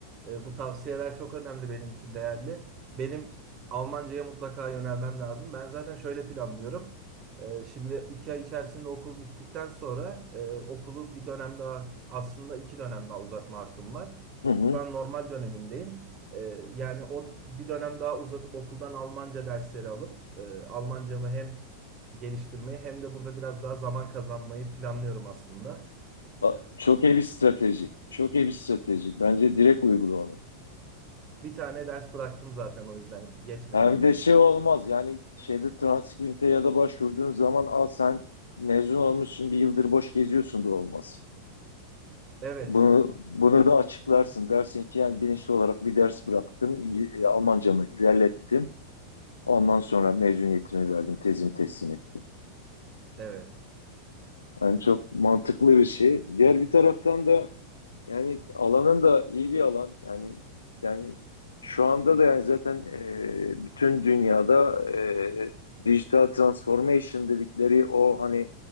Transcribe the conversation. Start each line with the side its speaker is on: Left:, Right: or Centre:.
Right: e, bu tavsiyeler çok önemli benim için değerli. Benim Almanca'ya mutlaka yönelmem lazım. Ben zaten şöyle planlıyorum. E, şimdi iki ay içerisinde okul bittikten sonra e, okulu bir dönem daha aslında iki dönem daha uzatma hakkım var.
Left: Hı hı.
Right: Şu an normal dönemimdeyim. E, yani o bir dönem daha uzatıp okuldan Almanca dersleri alıp e, Almancamı hem geliştirmeyi hem de burada biraz daha zaman kazanmayı planlıyorum aslında.
Left: A-
Right: E,
Left: Çok iyi bir strateji. Çok iyi bir strateji. Bence direkt uygula onu.
Right: Bir tane ders bıraktım zaten o yüzden geçmedim.
Left: Hem de şey olmaz yani şeyde transkripte ya da başvurduğun zaman al sen mezun olmuşsun bir yıldır boş geziyorsun da olmaz.
Right: Evet,
Left: Bunu bunu da açıklarsın. Dersin ki yani bilinçli olarak bir ders bıraktım. İngi- e, Almancamı ilerlettim. Ondan sonra mezuniyetimi verdim, tezimi teslim ettim.
Right: evet, evet,
Left: Yani çok mantıklı bir şey. Diğer bir taraftan da Yani alanın da iyi bir alan. Yani yani şu anda da yani zaten e, bütün dünyada e, dijital transformation dedikleri o hani